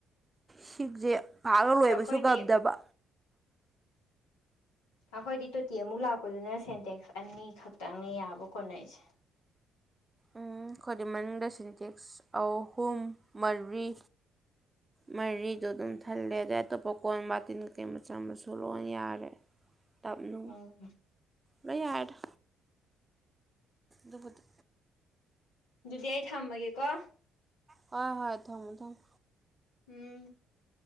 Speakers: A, on the right; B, on the left.
A: ꯁꯤꯡꯁꯦ ꯄꯥꯛ ꯂꯣꯏꯕꯁꯨ
B: ꯑꯩꯈꯣꯏꯗꯤ
A: ꯉꯝꯗꯕ
B: ꯑꯩꯈꯣꯏꯗꯤ ꯇꯣꯇꯤ ꯑꯃꯨꯛ ꯂꯥꯛꯄꯗꯨꯅ ꯁꯦꯟꯇꯦꯛꯁ ꯑꯅꯤꯈꯛꯇꯪꯅꯦ ꯌꯥꯕ ꯀꯣꯟꯅꯔꯤꯁꯦ
A: ꯎꯝ ꯑꯩꯈꯣꯏꯗꯤ ꯃꯅꯤꯡꯗ ꯁꯤꯟꯇꯦꯛꯁ ꯑꯍꯨꯝ ꯃꯔꯤ ꯃꯔꯤꯗꯣ ꯑꯗꯨꯝ ꯊꯜꯂꯦ ꯑꯗꯩ ꯑꯇꯣꯞꯄ ꯀꯣꯟ ꯕꯥꯇꯤꯟ ꯀꯩ ꯃꯆꯥ ꯃꯁꯨ ꯂꯣꯏ ꯌꯥꯔꯦ
B: <inaudible>
A: ꯇꯞꯅꯨ
B: ꯎꯝ
A: ꯂꯣꯏ ꯌꯥꯔꯦꯗ ꯗꯨꯕꯨꯗꯤ
B: ꯑꯗꯨꯗꯤ ꯑꯩ ꯊꯝꯃꯒꯦꯀꯣ
A: ꯍꯣꯏ ꯍꯣꯏ ꯊꯝꯃꯣ ꯊꯝꯃꯣ
B: ꯎꯝ